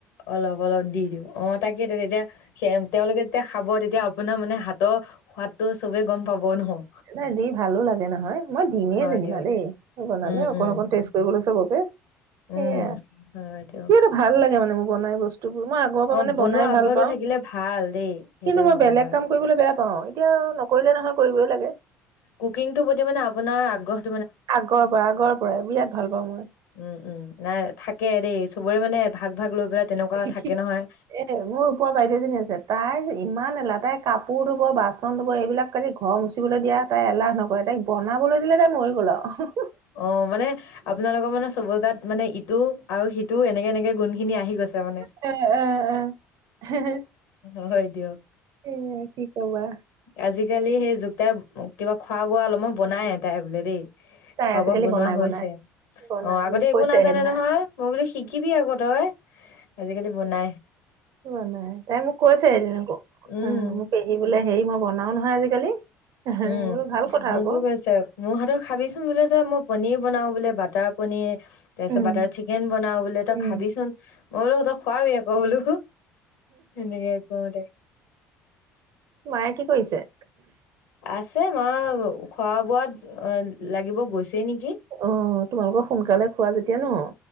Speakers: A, on the left; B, on the right.
A: অলপ অলপ দি দিব অ, তাকেইেতো তেতিয়া সেয়া তেওঁলোকে যেতিয়া খাব তেতিয়া আপোনাৰ মানে হাতৰ সোৱাদটো চবে গম পাব নহয।
B: নাই দি ভালো লাগে নহয়। মই দিমেই
A: হয়
B: যেনিবা
A: দিয়ক
B: দেই বনালে
A: উম
B: অকণ
A: উম
B: অকণ টেষ্ট কৰিবলৈ চবকে।
A: উম
B: সেয়া
A: হয় দিয়ক।
B: কিবা এটা ভাল লাগে মানে মো বনাই বস্তু টো বো মই আগৰ পৰা
A: অ
B: মানে
A: বনোৱা
B: বনাই
A: আগ্ৰহটো
B: ভাল পাওঁ।
A: থাকিলে ভাল দেই সেইটো
B: কিন্তু মই
A: হয়
B: বেলেগ
A: বাৰু
B: কাম কৰিবলে বেয়া পাওঁ এতিয়া নকৰিলে নহয় কৰিবই লাগে।
A: কুকিংটো প্ৰতি মানে আপোনাৰ আগ্ৰহ
B: আগৰ পৰা আগৰ পৰাই বিৰাট ভাল পাওঁ মই।
A: উম, উম নাই থাকে দেই চবৰে মানে ভাগ ভাগ লৈ পেলাই তেনেকুৱা
B: কি
A: থাকে নহয়।
B: এ মোৰ ওপৰ বাইদেউ এজনী আছে তাই ইমান এলাহ তাই কাপোৰ ধুব, বাচন ধুব এইবিলাক ঘৰ মুচিবলৈ দিয়া তাই এলাহ নকৰে তাইক বনাবলৈ দিলে তাই মৰি গ'ল আও
A: অ, মানে আপোনালোকৰ মানে চবই গাত মানে ইটো আৰু সিটোও এনেকে, এনেকে গুণ খিনি আহি গৈছে মানে।
B: এ এ এ
A: হয় দিওক
B: উম কি কবা
A: আজিকালি সেই যু তাই কিবা খোৱা-বোৱা অলপমান বনাই তাই বোলে দেই।
B: তাই
A: খোৱা
B: আজিকালি
A: - বোৱা বনোৱা
B: বনাই
A: হৈছে।
B: বনাই বনাই
A: অ, আগতে
B: মোক
A: একো
B: কৈছে
A: নাজানে
B: সেইদিনা
A: নহয় মই বোলো শিকিবি আগ তই। আজিকালি বনাই
B: কোৱা নাই, তাই মোক কৈছে এদিন আকৌ
A: উম
B: অ মোক পেহী বোলে হেৰি মই বনাও নহয় আজিকালি
A: উম
B: বোলো ভাল কথা
A: মোকো
B: আকৌ
A: কৈছে মোৰ হাতৰ খাবিচোন বোলে তই মই পনিৰ বনাও বোলে বাটাৰ পনিৰ তাৰপিছত
B: উম
A: বাটাৰ চিকেন বনাও বোলে তই
B: উম
A: খাবিচোন মই বোলো তই খোৱাবি আকৌ বোলো। হেনেকে কওঁতে
B: মায়ে কি কৰিছে?
A: আছে মা খোৱা-বোৱাত অ লাগিব গৈছেই নেকি।
B: অ তোমালোকৰ সোনকালে খোৱা যেতিয়া ন।